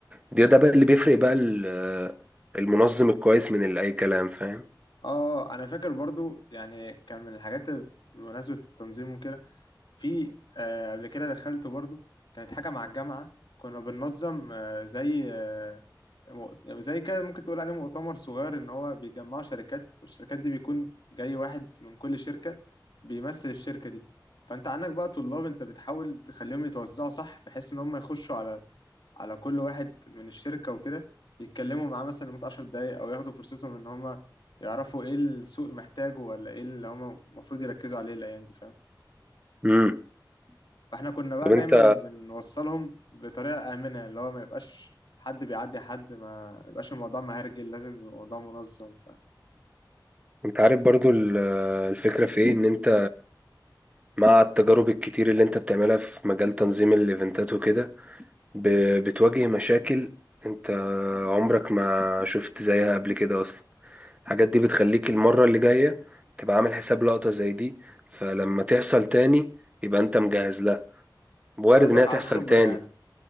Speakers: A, on the right; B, on the left.
A: ده ده بقى اللي بيفرق بقى ال- المنظم الكويس من اللي اي كلام فاهم
B: اه انا فاكر برضو يعني كان من الحاجات بمناسبة التنظيم وكده في آه، قبل كده دخلت برضو كانت حاجة مع الجامعة كنا بننظم آه، زي آه، مؤ- زي كده ممكن تقول عليه مؤتمر صغير ان هو بيجمع شركات والشركات دي بيكون جاي واحد من كل شركة بيمثل الشركة دي فانت عندك بقى طلاب انت بتحاول تخليهم يتوزعوا صح بحيث ان هم يخشوا على على كل واحد من الشركة وكده يتكلموا معاه مثلا لمدة عشر دقايق أو ياخدوا فرصتهم إن هما يعرفوا إيه السوق محتاجه ولا إيه اللي هما المفروض يركزوا عليه الأيام دي فاهم
A: امم
B: فإحنا كنا بقى
A: طب
B: دايما
A: انت
B: بنوصلهم بطريقة آمنة اللي هو ما يبقاش حد بيعدي حد ما يبقاش الموضوع مهرجل لازم يبقى الموضوع منظم فاهم
A: انت عارف برضو ال- الفكرة في ايه ان انت مع التجارب الكتير اللي انت بتعملها في مجال تنظيم الايفنتات وكده ب- بتواجه مشاكل انت عمرك ما شفت زيها قبل كده اصلا الحاجات دي بتخليك المرة اللي جاية تبقى عامل حساب لقطة زي دي فلما تحصل تاني يبقى انت مجهز لها وارد
B: انت قصدك
A: ان هي
B: على
A: تحصل
B: الخبرة
A: تاني
B: يعني